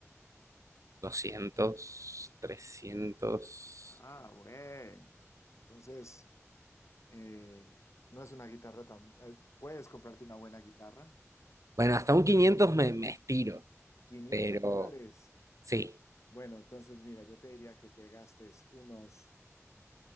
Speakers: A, on the right; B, on the left.
A: 200 trescientos
B: Ah, bueno. Entonces, eh, no es una guitarra tan... eh, puedes comprarte una buena guitarra.
A: Bueno, hasta un 500 me, me estiro,
B: quinientos
A: pero
B: dólares.
A: sí.
B: Bueno, entonces mira, yo te diría que te gastes unos